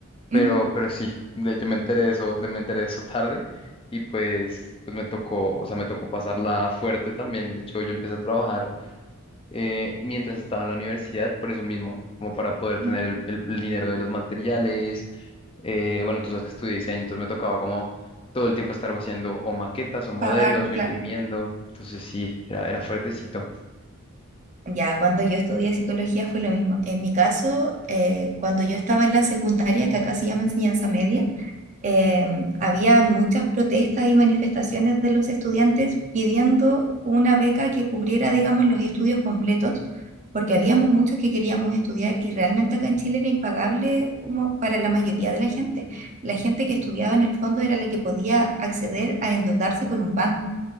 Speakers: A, on the left; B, on the right.
A: pero,
B: ujú,
A: pero sí, de- yo me enteré de eso, de, me enteré de eso tarde y pues, pues me tocó, o sea, me tocó pasarla fuerte también. De hecho, yo empecé a trabajar eh, mientras estaba en la universidad, por eso mismo, como para poder
B: ujú.
A: tener el, el- el dinero de los materiales. eh, bueno, tú sabes que estudié diseño, entonces me tocaba como todo el tiempo estar haciendo o maquetas o modelos
B: Pagar,
A: o
B: claro.
A: imprimiendo. Entonces sí, era, era fuertecito.
B: Ya, cuando yo estudié psicología fue lo mismo. En mi caso, eh, cuando yo estaba en la secundaria, que acá se llama enseñanza media, eh, había muchas protestas y manifestaciones de los estudiantes pidiendo una beca que cubriera, digamos, los estudios completos, porque habíamos muchos que queríamos estudiar y realmente acá en Chile era impagable como para la mayoría de la gente. La gente que estudiaba en el fondo era la que podía acceder a endeudarse con un banco.